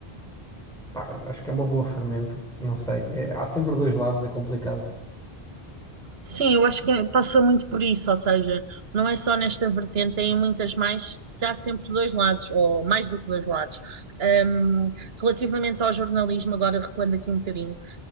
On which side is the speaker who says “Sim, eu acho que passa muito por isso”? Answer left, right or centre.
Right